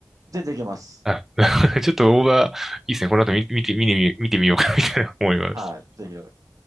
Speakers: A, on the right; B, in the centre.
A: 全然いけます。
B: あ、なるほどちょっと大葉、いいですね。この後見、見て、見て見てみようかなみたいな思います。
A: はい。ぜひ。